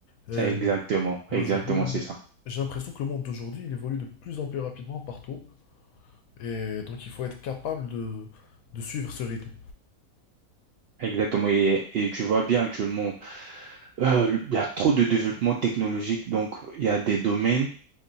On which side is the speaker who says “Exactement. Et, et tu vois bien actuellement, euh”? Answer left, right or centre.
Right